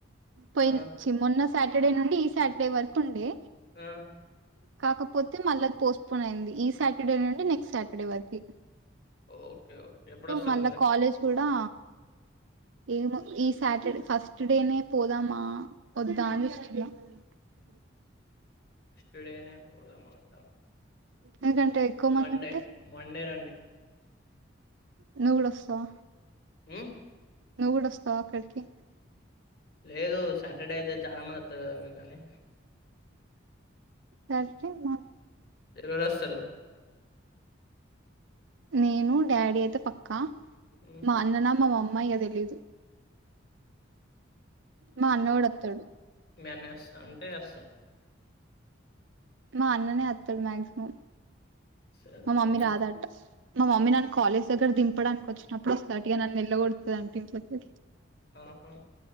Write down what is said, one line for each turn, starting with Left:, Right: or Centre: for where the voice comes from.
Right: పోయించి
Left: ఆ!
Right: మొన్న సాటర్డే నుండి ఈ సాటర్డే వరకు ఉండే
Left: ఆ
Right: కాకపోతే మళ్ళీది పోస్ట్పోన్ అయింది ఈ సాటర్డే నుండి నెక్స్ట్ సాటర్డే వరకి
Left: ఓకే ఓకే. ఎప్పుడొస్తారు
Right: మళ్ళా
Left: మరి?
Right: కాలేజ్ కూడా ఏమో ఈ సాటర్డే ఫస్ట్ డేనే పోదామా వద్దా అని చూస్తున్న అ
Left: నేస్డేనే పోదా మాతా
Right: ఎందుకంటే ఎక్కువ మంది
Left: మండే
Right: ఉంటే
Left: మండే రండి
Right: నువ్వు కూడా వస్తావా
Left: ఆ
Right: నువ్వు కూడా వస్తావ అక్కడికి
Left: లేదు సాటర్డే అయితే చాలా మంది అత్తరు కదా మీకు కాని
Right: సరి మా
Left: ఎవరెవరు వస్తారు
Right: నేను డాడీ అయితే పక్కా
Left: హ్మ్.
Right: మా అన్ననా మా మమ్మ ఇగ తెలీదు మా అన్న గూడ ఒత్తడు
Left: మేనర్స్ అంటే అస్తా
Right: మా అన్ననే అత్తడు మ్యాగ్సిమం
Left: సరే
Right: మా
Left: మీ
Right: మమ్మీ
Left: అన్న
Right: రాదట మా మమ్మీ నన్ను కాలేజ్ దగ్గర దింపడానికి వచ్చినప్పుడు సట్టిగా నన్ను ఎల్లగొడతాదని ఇంట్లకి
Left: ఆహా